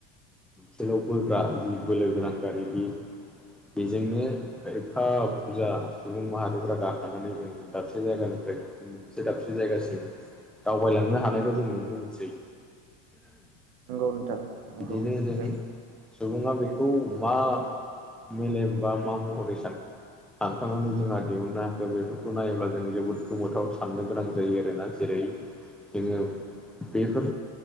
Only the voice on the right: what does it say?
नंगौ नोंथां नंगौ
जाय